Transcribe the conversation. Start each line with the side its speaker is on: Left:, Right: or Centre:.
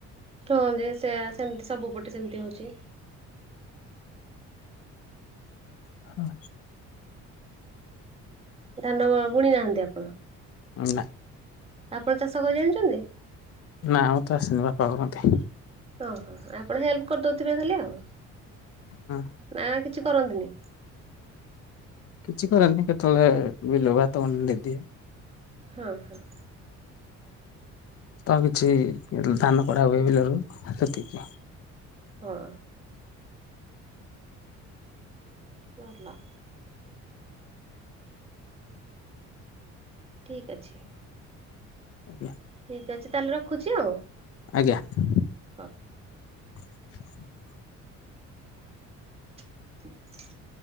Right: ହୁହ ଯେ ସେ ସେମିତି ସବୁ ପଟେ ସେମିତି ହଉଛି।
Left: ହଁ।
Right: ଧାନ ବୁଣି ନାହାନ୍ତି ଆପଣ?
Left: ଅ ନା।
Right: ଆପଣ ଚାଷ କରି ଜାଣିଛନ୍ତି?
Left: ନା, ଆଉ ତ ଆସେନି ବାପା କୁ ମତେ।
Right: ଓ। ହଁ ଆପଣ ହେଲ୍ପ କରିଦଉଥିବେ ଖାଲି ଆଉ?
Left: ହଁ।
Right: ନାଁ କିଛି କରନ୍ତିନି।
Left: କିଛି କରନ୍ତିନି କେତେବେଳେ ବିଲକୁ ଭାତଗଣ୍ଡେ ଦେଇଦିଏ।
Right: ହଁ ହଁ।
Left: ତା କିଛି ଧାନ କଢା ହୁଏ ବିଲରେ ସେତିକି
Right: ହଁ। ଭଲ। ଠିକ୍ ଅଛି।
Left: ୟା।
Right: ଠିକ୍ ଅଛି ତାହେଲେ ରଖୁଛି ଆଉ
Left: ଆଜ୍ଞା।
Right: ହଁ।
Left: <inaudible>
Right: <unintelligible>